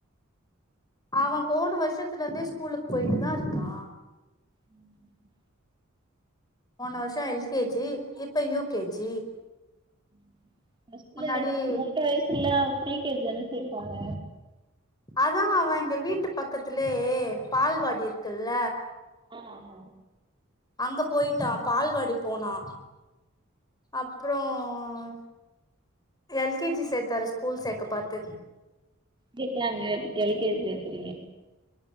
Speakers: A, on the left; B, on the right.
A: அவ போன வருஷத்துலந்தே ஸ்கூலுக்கு போயிட்டு தா இருக்கா
B: ம்
A: போன வருஷொ எல் கே ஜி இப்ப யூ கே ஜி
B: <unintelligible>
A: முன்னாடி
B: மூன்ற வயசுல ப்ரீ கே ஜி தான சேப்பாங்க
A: அதா அவ எங்க வீட்டு பக்கத்துலே பால்வாடி இருக்குல்ல
B: ஆமா
A: அங்க போய்ட்டா பால்வாடி போனா அப்றோ ஆ எல் கே ஜி சேத்தாரு ஸ்கூல் சேக்க பாத்து
B: கேக்கறாங்க எல் கே ஜி சேக்குறீங்க